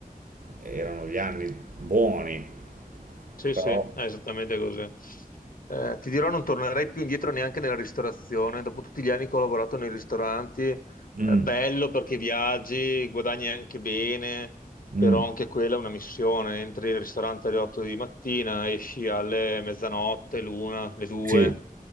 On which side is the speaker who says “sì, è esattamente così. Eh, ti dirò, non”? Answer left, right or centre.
Left